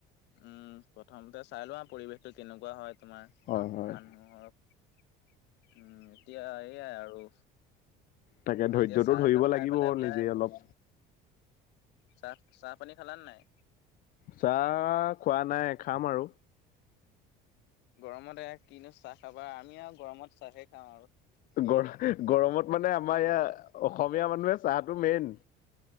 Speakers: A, on the left; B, on the left.
A: উম প্ৰথমতে চাই লোৱা পৰিৱেশ টো কেনেকুৱা হয় তোমাৰ,
B: হয় হয়
A: মানুহক উম এতিয়া এইয়াই আৰু।
B: তাকে
A: মই
B: ধৈৰ্য্যটো
A: এতিয়া চাহ
B: ধৰিব
A: একাপ খাই
B: লাগিব
A: পেলাই ওলাই
B: নিজে
A: আহিছো।
B: অলপ
A: চাহ চাহ পানী খাল নে নাই?
B: চাহ খোৱা নাই খাম আৰু।
A: গৰমত এ কিনো চাহ খাবা আমি আৰু গৰমত চাহে খাওঁ আৰু। কি কৰিবা
B: গৰ গৰমত মানে আমাৰ ইয়া অসমীয়া মানুহে চাহটো মেইন।